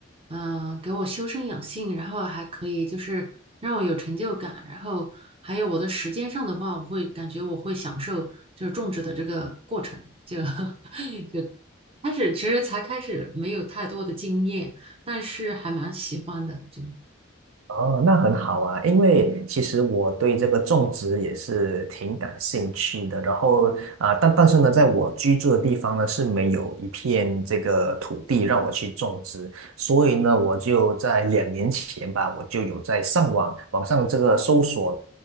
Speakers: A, on the right; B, on the right.
A: 嗯、给我修身养性，然后还可以就是让我有成就感，然后还有我的时间上的话，我会感觉我会享受就是种植的这个过程。就 <laughs> 开始其实才开始没有太多的经验，但是还蛮喜欢的，就
B: 哦，那很好啊，因为其实我对这个种植也是挺感兴趣的。然后啊、呃但但是呢，在我居住的地方呢是没有一片这个土地让我去种植，所以呢，我就在两年前吧，我就有在上网网上这个搜索